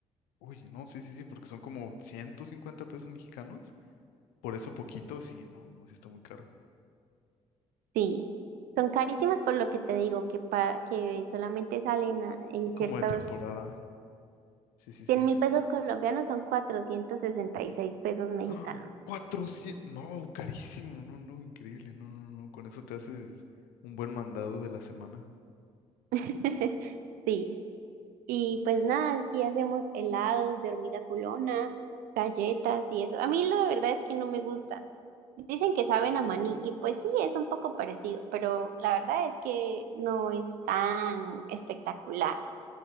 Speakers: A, on the left (about 70°); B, on the right (about 65°).
A: uy, no, sí, sí, sí, porque son como 150 pesos mexicanos. Por eso poquito, sí, no, no, sí está muy caro.
B: Sí, son carísimas por lo que te digo, que, pa- que solamente salen a- en ciertos...
A: Como de temporada, sí, sí,
B: cien
A: sí.
B: mil pesos colombianos son 466 pesos mexicanos.
A: ¡Ah! 400, no, carísimo, no, no, increíble, no, no, no, con eso te haces un buen mandado de la semana.
B: <laughs> Sí, y pues nada, aquí hacemos helados de hormiga culona, galletas y eso. A mí la verdad es que no me gustan. Dicen que saben a maní y pues sí, es un poco parecido, pero la verdad es que no es tan espectacular.